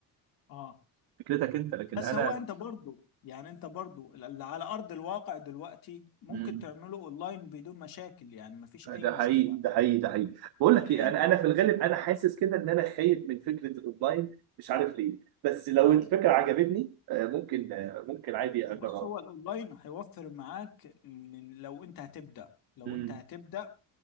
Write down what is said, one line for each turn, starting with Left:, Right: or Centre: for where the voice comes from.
Left: اه
Right: فكرتك انت لكن
Left: بس
Right: انا
Left: هو انت برضو يعني انت برضو اللي على ارض الواقع دلوقتي ممكن
Right: مم.
Left: تعمله اونلاين بدون مشاكل يعني مفيش
Right: ده
Left: اي مشكلة
Right: حقيقي ده حقيقي ده حقيقي بقول
Left: يعني
Right: لك ايه
Left: انت
Right: انا انا في الغالب انا حاسس كده ان انا خايف من فكره الاونلاين مش عارف ليه بس لو
Left: لا
Right: الفكره
Left: لا
Right: عجبتني آه، ممكن آه، ممكن عادي
Left: بص
Right: اجربها
Left: هو الاونلاين هيوفر معاك من لو انت هتبدأ لو
Right: مم.
Left: انت هتبدأ